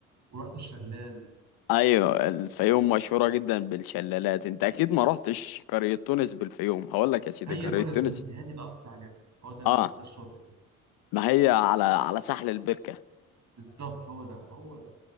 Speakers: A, on the right; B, on the left.
A: ورحت الشلال
B: ايوه الفيوم مشهورة جدا بالشلالات انت اكيد ما رحتش قرية تونس بالفيوم هقول لك يا سيدي
A: هي
B: قرية
A: قرية
B: تونس
A: تونس دي هي دي اللي قصدي عليها هو ده ال-
B: اه
A: ده الشاطئ ده
B: ما هي على على ساحل البركة
A: بالظبط هو ده هو ده